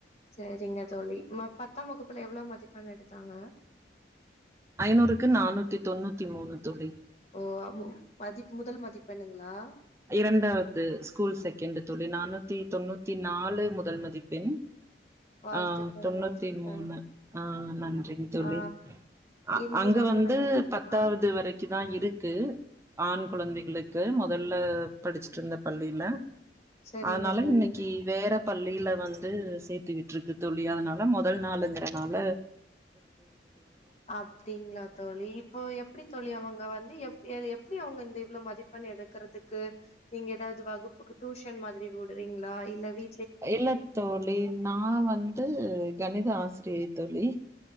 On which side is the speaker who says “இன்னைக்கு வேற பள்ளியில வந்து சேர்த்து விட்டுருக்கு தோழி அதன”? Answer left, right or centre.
Right